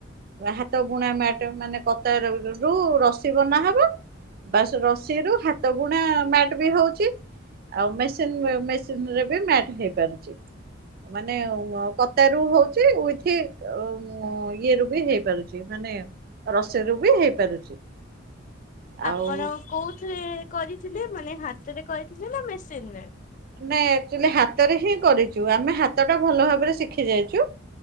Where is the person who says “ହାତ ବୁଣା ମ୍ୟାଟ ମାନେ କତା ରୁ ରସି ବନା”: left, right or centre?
Right